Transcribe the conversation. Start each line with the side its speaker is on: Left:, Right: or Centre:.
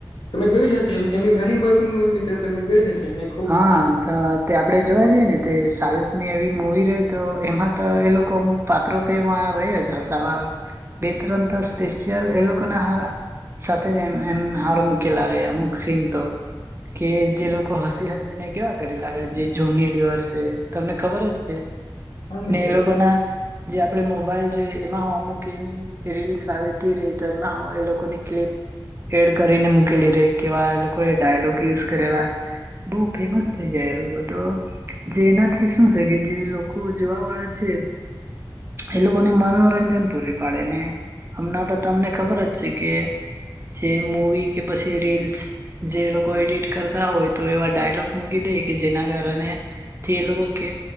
Left: તમે જોઈ જશે ને એમની ઘણી બધી મવી મિત્રો તમે જોઈ જશે ને
Right: હા તો તે આપડે જોવા જઈએ ને સાવ ની એવી મુવી રહી તો એમાં તો એ લોકો અમુક પાત્રો તો ર જ હસાવાર બે તરંત સ્પેશયલ એ લોકોગના હારા સાથે જમ એમ હાર મૂકેલા રહે અમુક ચિ તો કે જે લોકો હ હસી ને કેવા કરી લખે જે જોની લિર છે તમને ખબર જ
Left: મિત્ર
Right: એ લોકો ના જે આપડે મોબાઈલ જો એમાં હોમવક એવી રીલીસ આવીતી રહી તો એમાં એ લોકોની ક્લિપ એડ કરીને મૂકેલી રહી કેવા લોકો એ ડાયલોગ યુઝ કરેલા બઉુ ફેમસ થઈ જાય એ લોકો તો જે એનાથી શું છે કે જે લોકો જોવા વાળા છે એ લોકો ને મનોરંજન પૂરી પાડે ને હમણાં તો તમને ખબર જ છે કે જે મૂવી કે પછી રીલ્સ જે લોકો એડિટ કરતા હોય તો એવા ડાયલોગ મૂકી દે કે જેના કારણે થી એ લોકો કે